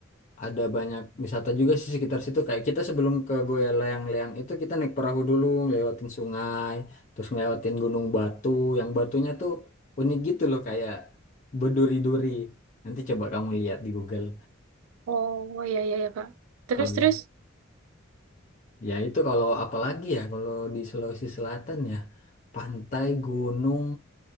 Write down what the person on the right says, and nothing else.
Oh iya iya ya Kak. Terus
terus